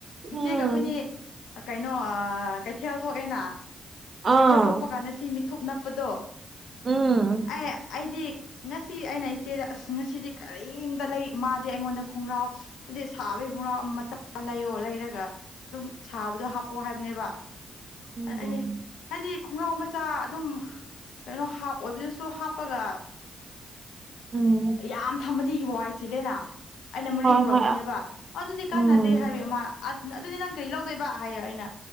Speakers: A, on the left; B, on the right.
A: ꯏꯆꯦꯒ
B: ꯎꯝ
A: ꯑꯩꯈꯣꯏꯅꯤ ꯑꯥ ꯀꯩꯅꯣ ꯑꯥ ꯀꯩꯊꯦꯜ ꯊꯣꯛꯑꯦꯅ ꯀꯩꯊꯦꯜ
B: ꯑꯥ
A: ꯊꯣꯛꯄ ꯀꯥꯟꯗ ꯁꯤ ꯃꯤꯊꯨꯞ ꯅꯞꯄꯗꯣ
B: ꯎꯝ
A: ꯑꯩ ꯑꯩꯗꯤ ꯉꯁꯤ ꯑꯩꯅ ꯏꯆꯦꯗ ꯑꯁ ꯉꯁꯤꯗꯤ ꯀꯔꯤꯝꯇ ꯂꯩ ꯃꯥꯗꯤ ꯑꯩꯉꯣꯟꯗ ꯈꯣꯡꯒ꯭ꯔꯥꯎ ꯍꯧꯖꯤꯛ ꯁꯥꯕꯒꯤ ꯈꯣꯡꯒ꯭ꯔꯥꯎ ꯑꯃ ꯃꯆꯥ ꯂꯩꯌꯣ ꯂꯩꯔꯒ ꯑꯗꯨꯝ ꯁꯥꯕꯗꯣ ꯍꯥꯞꯄꯣ ꯍꯥꯏꯕꯅꯦꯕ
B: ꯎꯝ
A: ꯑꯩ ꯑꯩꯗꯤ ꯍꯥꯏꯗꯤ ꯈꯣꯡꯒ꯭ꯔꯥꯎ ꯃꯆꯥ ꯑꯗꯨꯝ ꯀꯩꯅꯣ ꯍꯥꯞ ꯑꯣꯏꯕꯗꯨꯁꯨ ꯍꯥꯞꯄꯒ <inaudible>
B: ꯎꯝ
A: ꯌꯥꯝ ꯊꯝꯃꯗꯤ ꯋꯥꯏ ꯆꯤꯂꯦꯅꯥ ꯑꯩꯅ ꯃꯔꯤ
B: ꯍꯣꯏ
A: ꯄꯨꯔꯛꯄꯅꯦꯕ
B: ꯍꯣꯏ ꯑ
A: ꯑꯗꯨꯗꯤ ꯀꯥꯟꯅꯗꯦ
B: ꯎꯝ
A: ꯍꯥꯏꯕꯩ ꯃꯥ ꯑꯗ ꯑꯗꯨꯗꯤ ꯅꯪ ꯀꯔꯤ ꯂꯧꯗꯣꯏꯕ ꯍꯥꯏꯌꯦ ꯑꯩꯅ